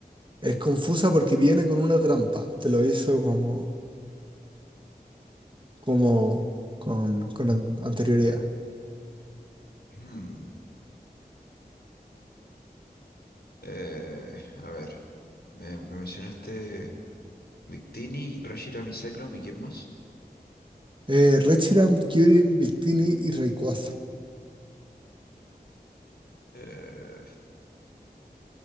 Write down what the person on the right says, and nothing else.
Es confusa porque viene con una trampa. Te lo hizo como, como con, con an- anterioridad.
Eh, Reshiram, Kyurem, Victini y Rayquaza.